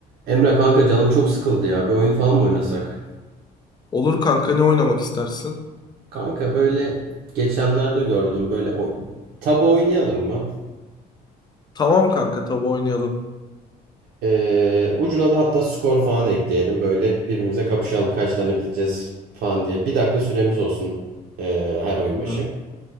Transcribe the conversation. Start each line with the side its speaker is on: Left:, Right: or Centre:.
Right: Emre kanka canım çok sıkıldı ya. Bir oyun falan mı oynasak?
Left: Olur kanka ne oynamak istersin?
Right: Kanka böyle geçenlerde gördüm. Böyle o... tabu oynayalım mı?
Left: Tamam kanka tabii oynayalım.
Right: Ee, ucuna da hatta skor falan ekleyelim. Böyle birbirimize kapışalım. Kaç tane bileceğiz falan diye. Bir dakika süremiz olsun ee, her oyun
Left: Hı
Right: başı.
Left: hı.